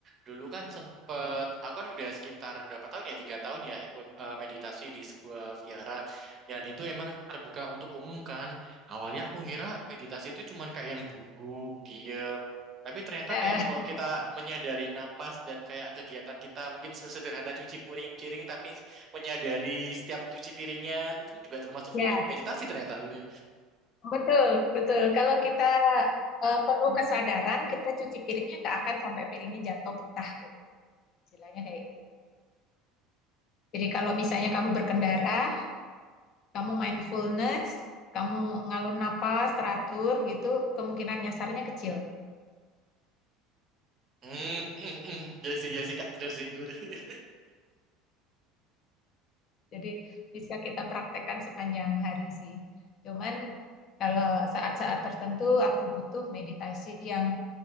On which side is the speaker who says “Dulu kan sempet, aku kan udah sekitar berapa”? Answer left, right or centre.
Right